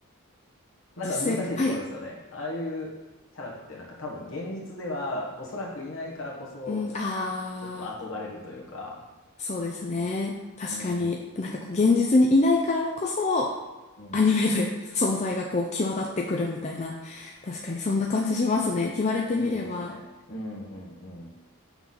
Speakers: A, on the left (about 30°); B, on the left (about 60°).
A: 実生活、
B: んか難しいところですよね。
A: はい。
B: ああいうキャラってなんか多分現実ではおそらくいないからこそ、
A: うん、あ
B: ちょっと憧れるというか。
A: そうですね。確かに、
B: うん。
A: なんかこう、現実にいないからこそ、
B: うん。
A: アニメで <laughs> 存在がこう、際立ってくるみたいな。確かにそんな感じしますね。言われてみれば、
B: いいですね。うん、うん、うん。